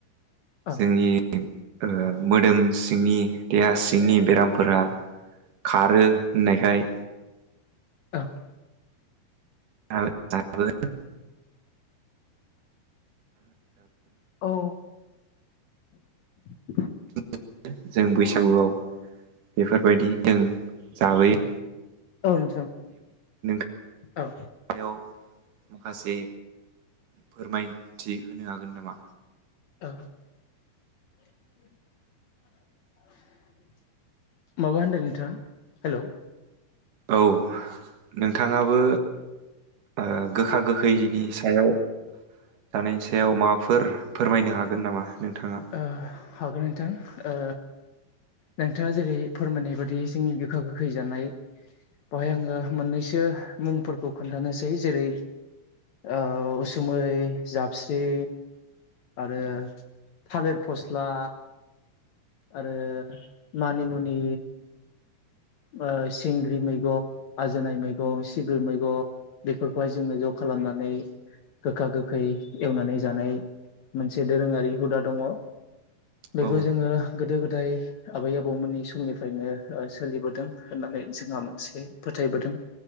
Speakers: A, on the left; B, on the right.
A: औ
B: जोंनि ओ मोदोम सिं सिंनि देहा सिंनि बेरामफोरा खारो होननायखाय
A: औ।
B: <unintelligible>
A: औ। <inaudible>
B: <inaudible> जों बैसागुआव बेफोरबायदि जों जाबोयो।
A: औ नोंथां।
B: <inaudible>
A: औ
B: आयौ। माखासे फोरमायथि होनो हागोन नामा?
A: ओ। <inaudible> <inaudible> माबा होनदों नोंथाङा हेलौ।
B: औ नोंथाङाबो ओ गोखा गोखैनि सायाव जानायनि सायाव माबाफोर फोरमायनो हागोन नामा? नोंथाङा?
A: ओ हागोन नोंथां ओ नोंथाङा जेरै फोरमायनाय बादि जोंनि गोखा गोखै जानाय बेवहाय आङो मोननैसो मुंफोरखौ खोन्थानोसै जेरै ओ उसुमै जाबस्रिं आरो
B: औ
A: थालिर फस्ला आरो मानिमुनि ओ सिंग्रि मैगं आजोनाय मैगं सिब्रु मैगं बेफोरखौहाय जोङो ज' खा खालामनानै गोखा गोखै एवनानै जानाय मोनसे दोरोङारि हुदा दङ। बेखौ
B: औ
A: जोङो गोदो गोदाय आबै आबौमोननि समनिफ्रायनो ओ सोलिबोदों होननानै जोंहा मोनसे फोथायबोदों